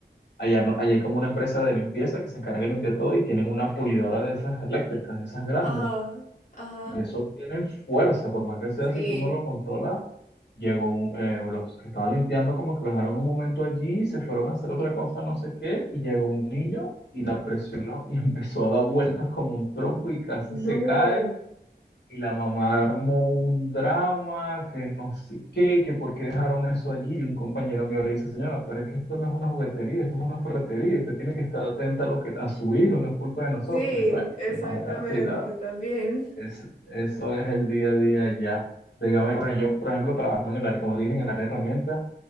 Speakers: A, on the left (about 85°); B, on the left (about 45°).
A: allá, no- allá hay como una empresa de limpieza que se encarga de limpiar todo y tienen una pulidora de esas eléctricas, de esas grandes.
B: Ajá, ajá.
A: Y eso tiene fuerza, por más que sea,
B: Sí.
A: si tú no lo controlas, llegó un- eh, los que estaban limpiando como que lo dejaron un momento allí, se fueron a hacer otra cosa, no sé qué, y llegó un niño y la presionó y <laughs> empezó a dar vueltas como un trompo y casi
B: No.
A: se cae. Y la mamá armó un drama, que no sé qué, que por qué dejaron eso allí. Y un compañero mío le dice, señora, pero es que esto no es una juguetería, esto es una ferretería, usted tiene que estar atenta a lo que a su hijo, no es culpa de nosotros.
B: Sí,
A: Y bueno,
B: exactamente,
A: temas de edad, así, da-
B: también.
A: es, eso es el día a día ya. Dígame, bueno, yo, por ejemplo, trabajo en el área, como dije, en el área de herramientas